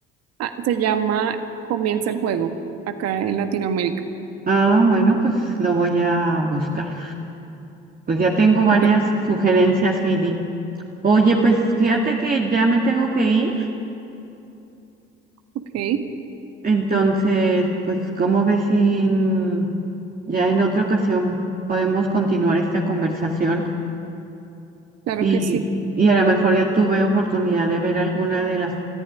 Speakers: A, on the right; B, on the right.
A: Ah, se llama Comienza el juego acá en Latinoamérica.
B: Ah, bueno, pues lo voy a buscar. Pues ya tengo varias
A: Súper,
B: sugerencias, Heidi. Oye, pues fíjate que ya me tengo que ir.
A: ok,
B: Entonces, pues, ¿cómo ves si mm, ya en otra ocasión podemos continuar esta conversación?
A: claro
B: Y,
A: que sí.
B: y a lo mejor ya tuve oportunidad de ver alguna de las